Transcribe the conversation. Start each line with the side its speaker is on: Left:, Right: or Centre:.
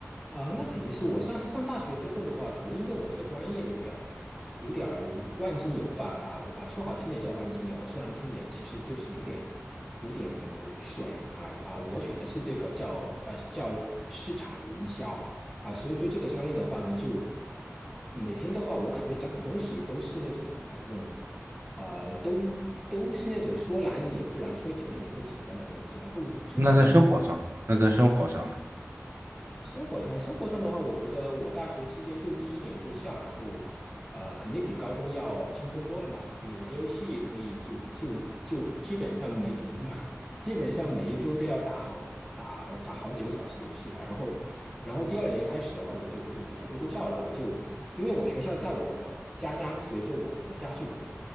Centre: 啊，那肯定是我上上大学之后的话，可能因为我这个专业有点儿，有点儿万金油吧，啊啊，说好听点叫万金油，说难听点其实就是有点有点水啊啊，我选的是这个叫呃叫市场营销啊，所以说这个专业的话呢，就每天的话，我感觉讲的东西都是那种反正呃都不都是那种说难也不难，说简单也不简单的东西，然后就感。
Right: 那在生活上，
Centre: 觉。
Right: 那在生活上呢？
Centre: 生活上，生活上的话，我觉得我大学期间就第一年住校，然后，呃，肯定比高中要轻松多了嘛，可以玩游戏，可以就就就基本上每一 <laughs> 基本上每一周都要打好打打好几个小时游戏吧。然后，然后第二年开始的话，我就不住我就不住校了，我就因为我学校在我家乡，所以说我就回家去住了